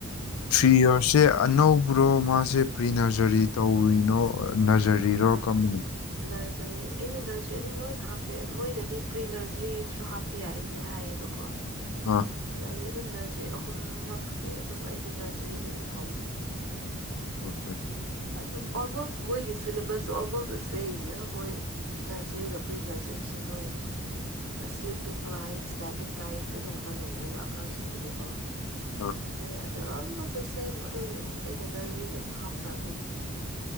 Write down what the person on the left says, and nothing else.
ꯊ꯭ꯔꯤ ꯌꯔꯁꯁꯦ ꯑꯅꯧꯕ꯭ꯔꯣ ꯃꯥꯁꯦ ꯄ꯭ꯔꯤ ꯅꯔꯖꯔꯤ ꯇꯧꯔꯤꯅꯣ ꯅꯔꯖꯔꯤ ꯕ꯭ꯔꯤꯔꯣ
ꯀꯔꯝꯕꯅꯣ
ꯑꯥ
ꯑꯣꯀꯦ
ꯑꯥ